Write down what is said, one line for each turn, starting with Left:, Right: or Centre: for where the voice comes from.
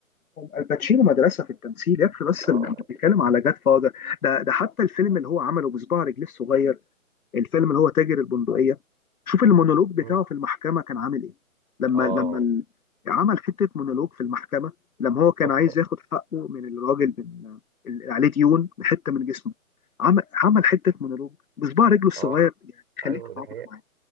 Left: الباتشينو مدرسه في التمثيل يكفي بس
Right: اه
Left: اللي انت بتتكلم على جاد فاذر ده ده حتى الفيلم اللي هو عمله بصباع رجليه الصغير الفيلم اللي هو تاجر البندقيه شوف المونولوج بتاعه
Right: مم.
Left: في المحكمه كان عامل ايه لما
Right: اه
Left: لما ال- عمل حته مونولوج في المحكمه لما هو كان
Right: تحفه
Left: عايز ياخد حقه من الراجل من اللي عليه ديون حته من جسمه عمل عمل حته مونولوج بصباع رجله الصغير
Right: اه
Left: يعني
Right: ايوه
Left: خليك تتعاطف
Right: ده حقيقة
Left: معاه